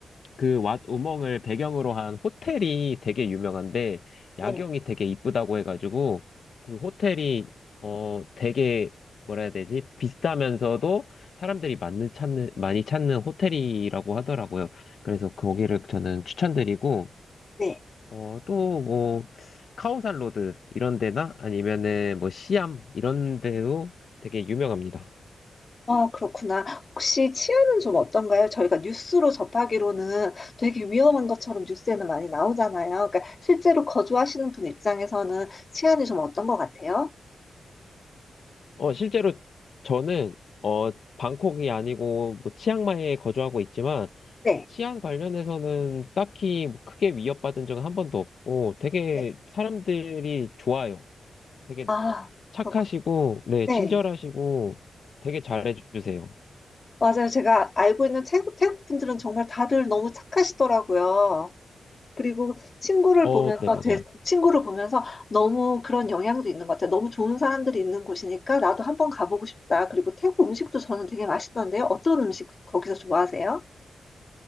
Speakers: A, on the left; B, on the left.
A: 그 왓 우멍을 배경으로 한 호텔이 되게 유명한데 야경이
B: 네,
A: 되게 이쁘다고 해가지고 그 호텔이 어 되게 뭐라 해야 되지? 비싸면서도 사람들이 많이 찾는 많이 찾는 호텔이라고 하더라고요. 그래서 거기를 저는 추천드리고
B: 네.
A: 어또 뭐 카오산 로드 이런 데나 아니면은 뭐 시암 이런 데도 되게 유명합니다.
B: 아, 그렇구나. 혹시 치안은 좀 어떤가요? 저희가 뉴스로 접하기로는 되게 위험한 것처럼 뉴스에는 많이 나오잖아요. 그러니까 실제로 거주하시는 분 입장에서는 치안이 좀 어떤 것 같아요?
A: 어 실제로 저는 어 방콕이 아니고 뭐 치앙마이에 거주하고 있지만
B: 네.
A: 치안 관련해서는 딱히 뭐 크게 위협받은 적은 한 번도 없고, 되게
B: 네.
A: 사람들이 좋아요. 되게
B: 아,
A: 착하시고,
B: 그렇군.
A: 네,
B: 네.
A: 친절하시고, 되게 잘해주세요.
B: 맞아요. 제가 알고 있는 태국, 태국 분들은 정말 다들 너무 착하시더라고요. 그리고 친구를
A: 어,
B: 보면서,
A: 네, 맞아요.
B: 제 친구를 보면서 너무 그런 영향도 있는 것 같아요. 너무 좋은 사람들이 있는 곳이니까 나도 한번 가보고 싶다. 그리고 태국 음식도 저는 되게 맛있던데요. 어떤 음식 거기서 좋아하세요?